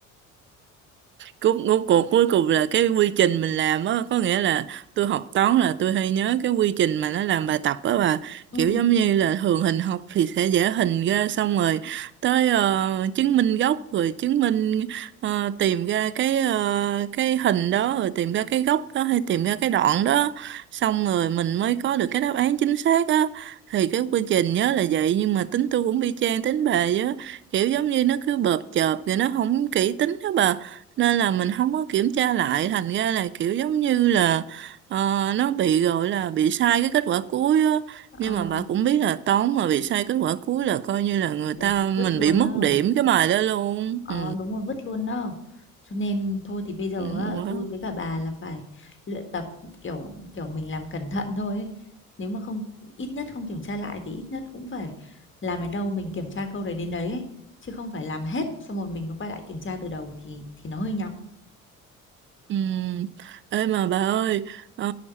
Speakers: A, on the right (about 30°); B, on the left (about 30°).
A: cuối cuối cuộc cuối cùng là cái quy trình mình làm á có nghĩa là tôi học toán là tôi hay nhớ cái quy trình mà nó làm bài tập á và
B: ừ
A: kiểu giống như là thường hình học thì sẽ vẽ hình ra xong rồi tới ờ, chứng minh gốc rồi chứng minh ờ, tìm ra cái ờ, cái hình đó rồi tìm ra cái góc đó hay tìm ra cái đoạn đó xong rồi mình mới có được cái đáp án chính xác á thì cái quy trình nhớ là vậy nhưng mà tính tôi cũng y chang tính bà á kiểu giống như nó cứ bợp chợp rồi nó không kỹ tính đó bà nên là mình không có kiểm tra lại thành ra là kiểu giống như là ờ, nó bị gọi là bị sai cái kết quả cuối á
B: ờ,
A: nhưng mà bà cũng biết là toán mà bị sai kết quả cuối là coi như là người
B: là
A: ta
B: thôi vứt
A: mình
B: luôn
A: bị mất
B: đó
A: điểm cái bài đó luôn
B: ờ
A: ừ,
B: đúng rồi vứt luôn đó cho nên thôi thì bây giờ
A: ừ
B: á,
A: quá
B: tôi với cả bà là phải luyện tập kiểu kiểu mình làm cẩn thận thôi ấy. nếu mà không ít nhất không kiểm tra lại thì ít nhất cũng phải làm đến đâu mình kiểm tra câu đấy đến đấy ấy. chứ không phải làm hết xong rồi mình mới quay lại kiểm tra từ đầu thì thì nó hơi nháo
A: Ừ. Ê mà bà ơi, ờ,